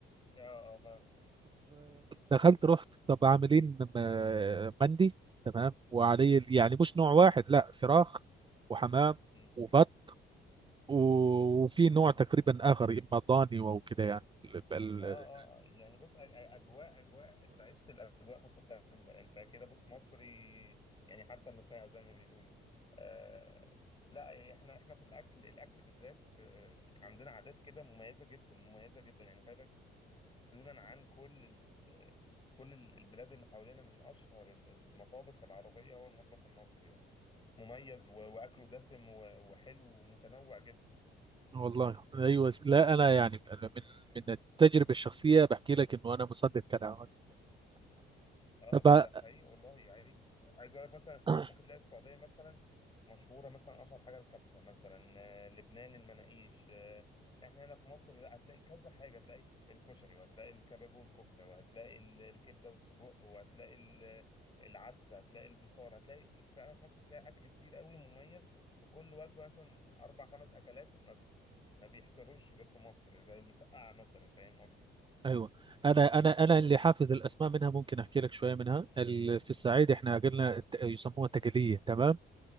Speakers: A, on the left; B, on the right.
A: اه اه فاهم
B: دخلت رحت طب عاملين م- مندي تمام وعليه ال- يعني مش نوع واحد لا فراخ وحمام
A: مم.
B: وبط و- وفي نوع تقريبا اخر اما ضاني او كده يعني ال-
A: اه اه
B: ال-
A: آه. يعني بص أ- أ- اجواء اجواء انت عشت الاجواء متكامله انت كده بص مصري يعني حتى النخاع زي ما بيقولوا آه لا احنا احنا في الاكل الاكل بالذات آه، عندنا عادات كده مميزه جدا مميزه جدا يعني خلي بالك دونا عن كل ال كل ال- البلاد اللي حوالينا من اشهر ال- المطابخ العربيه هو المطبخ المصري يعني مميز و- واكله دسم و- وحلو ومتنوع جدا
B: والله ايوه س- لا انا يعني أنا من من التجربه الشخصيه بحكي لك انه انا مصدق كلامك
A: اه
B: ب-
A: ده ده حقيقي والله عايز عايز اقول لك مثلا
B: <coughs>
A: ممكن تلاقي السعوديه مثلا مشهوره مثلا اشهر حاجه الكبسه مثلا آه، لبنان المناقيش آه، احنا هنا في مصر لا هتلاقي كذا حاجه هتلاقي الكشري وهتلاقي الكباب والكفته وهتلاقي ال- الكبده والسجق وهتلاقي ال- العدسه هتلاقي البصار هتلاقي فعلا في مصر فيها اكل كتير قوي مميز في كل وجبه مثلا اربع خمس اكلات ما ب- ما بيحصلوش غير في مصر زي المسقعه مثلا فاهم قصدي؟
B: ايوه انا انا انا اللي حافظ الاسماء منها ممكن احكي لك شويه منها ال- في الصعيد احنا قلنا الت- يسموها تقليه تمام